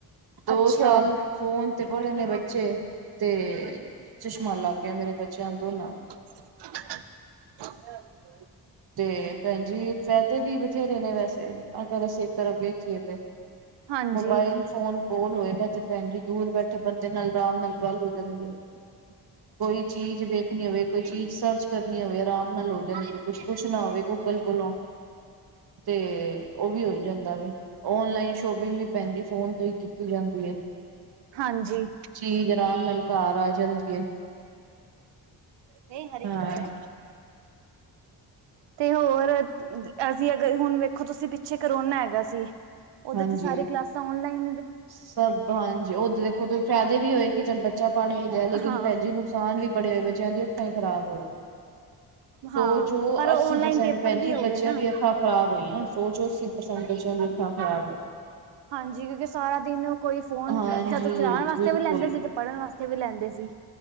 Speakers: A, on the right; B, on the right.
A: ਦੋ
B: ਅੱਛਾ
A: ਸਾਲ ਫੋਨ ਤੇ ਪੜ੍ਹੇ ਨੇ ਬੱਚੇ ਤੇ ਚਸ਼ਮਾ ਲੱਗ ਗਯਾ ਮੇਰੇ ਬੱਚੇਆਂ ਦੋਨਾਂ ਨੂੰ।
B: <inaudible>
A: ਤੇ ਭੈਨ ਜੀ ਫ਼ੈਦੇ ਵੀ ਬਥੇਰੇ ਨੇ ਵੈਸੇ ਅਗਰ ਅਸੀਂ ਇੱਕ ਤਰਫ ਵੇਖੀਏ ਤੇ
B: ਹਾਂਜੀ
A: ਮੋਬਾਇਲ ਫੋਨ ਕੋਲ ਹੋਏਗਾ ਤੇ ਭੈਨ ਜੀ ਦੂਰ ਬੈਠੇ ਬੰਦੇ ਨਾਲ ਆਰਾਮ ਨਾਲ ਗੱਲ ਹੋ ਜਾਂਦੀ ਐ। ਕੋਈ ਚੀਜ਼ ਵੇਖਨੀ ਹੋਵੇ, ਕੋਈ ਚੀਜ਼ ਸਰਚ ਕਰਨੀ ਹੋਵੇ, ਆਰਾਮ ਨਾਲ ਹੋ ਜਾਂਦੀ ਐ। ਕੁਛ ਪੁੱਛਨਾ ਹੋਵੇ ਗੂਗਲ ਕੋਲੋਂ ਤੇ ਓ ਵੀ ਹੋ ਜਾਂਦਾ ਵੇ ਓਨਲਾਈਨ ਸ਼ੋਪਿੰਗ ਵੀ ਭੈਨ ਜੀ ਫੋਨ ਤੋਂ ਈ ਕੀਤੀ ਜਾਂਦੀ ਏ।
B: ਹਾਂਜੀ।
A: ਚੀਜ਼ ਅਰਾਮ ਨਾਲ ਘਰ ਆ ਜਾਂਦੀ ਏ।
B: ਨਈ ਹਰੀ
A: ਹਾਂ।
B: ਮਿਰਚ ਐ। ਤੇ ਹੋਰ ਅਸੀਂ ਅਗਰ ਹੁਨ ਵੇਖੋ ਤੁਸੀਂ ਪਿੱਛੇ ਕਰੋਨਾ ਹੈਗਾ ਸੀ ਓਦੇ
A: ਹਾਂਜੀ
B: ਤੇ ਸਾਰੇ ਕਲਾਸਾਂ ਔਨਲਾਈਨ
A: ਸਭ ਹਾਂਜੀ, ਓ ਦੇਖੋ ਤੁਸੀ ਫੈਦੇ ਵੀ ਹੋਏ ਕਿ ਚੱਲ ਬੱਚਾ ਪੜ੍ਹ ਕੇ ਰੇਆ, ਲੇਕਿਨ
B: ਹਾਂ
A: ਭੈਣ ਜੀ ਨ ਨੁਕਸਾਨ ਵੀ ਬੜੇ ਹੋਏ, ਬੱਚਿਆਂ ਦੀਆ ਅੱਖਾ ਈ ਖਰਾਬ ਹੋ
B: ਹਾਂ
A: ਸੌ ਚੋਂ
B: ਪਰ
A: ਅੱਸੀ
B: ਓਨਲਾਈਨ
A: ਪ੍ਰਸੈਂਟ
B: ਪੇਪਰ
A: ਭੈਣ ਜੀ
B: ਵੀ ਹੋ
A: ਬੱਚਿਆਂ
B: ਗਏ ਨਾ
A: ਦੀ ਅੱਖਾਂ ਖਰਾਬ ਹੋਈਆਂ, ਸੌ ਚੋਂ ਅੱਸੀ ਪ੍ਰਸੈਂਟ ਬੱਚੇਆਂ ਦੀ ਅੱਖਾ ਖਰਾਬ
B: ਹਾਂਜੀ, ਕਿਉਂਕਿ ਸਾਰਾ ਦਿਨ ਕੋਈ ਫੋਨ
A: ਹਾਂਜੀ
B: ਜਦੋਂ ਚਲਾਣ ਵਾਸਤੇ
A: ਬਿਲਕੁਲ
B: ਵੀ ਲੈਂਦੇ ਸੀ, ਤੇ ਪੜ੍ਹਨ ਵਾਸਤੇ ਵੀ ਲੈਂਦੇ ਸੀ।